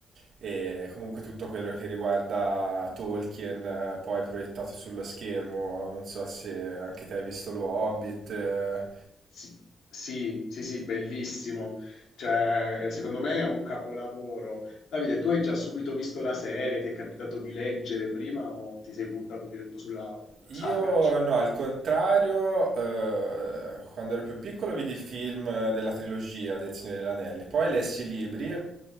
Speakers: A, on the right; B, on the left.
A: e comunque tutto quello che riguarda Tolkien, eh, poi proiettato sullo schermo, non so se anche te hai visto lo Hobbit. eh,
B: Sì, sì, sì, sì, bellissimo. Cioè, eh, secondo me è un capolavoro. Davide, tu hai già subito visto la serie? Ti è capitato di leggere prima o ti sei buttato diretto sulla mh,
A: Io
B: saga, diciamo?
A: no, al contrario, eh, quando ero più piccolo vidi i film della trilogia del Signore degli Anelli, poi lessi i libri